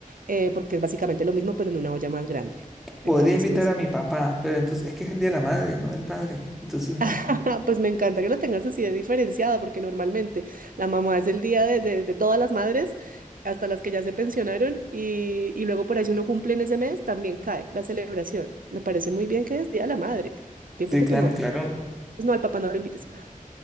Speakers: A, on the right (about 80°); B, in the centre.
A: eh, porque es básicamente lo mismo, pero en una olla más grande. Entonces,
B: podría invitar a mi papá, pero entonces es que es el día de la madre, no del padre. Entonces no.
A: <laughs> pues me encanta que lo tengas así de diferenciada, porque normalmente la mamá es el día de, de- de todas las madres, hasta las que ya se pensionaron, y, y luego por ahí si uno cumple en ese mes, también cae la celebración. Me parece muy bien que es Día de la Madre. Tiempo
B: Sí,
A: con
B: claro,
A: tu mamá.
B: claro.
A: Pues no, al papá no lo invites.